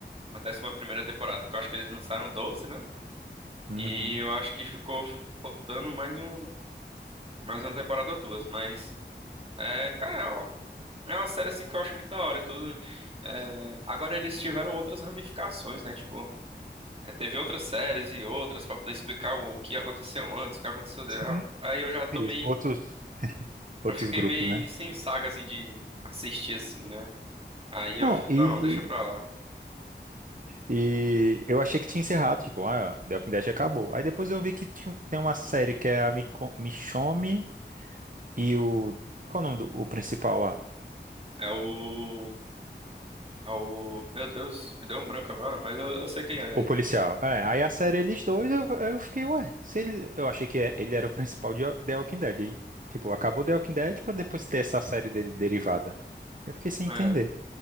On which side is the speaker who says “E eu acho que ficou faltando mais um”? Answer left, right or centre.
Right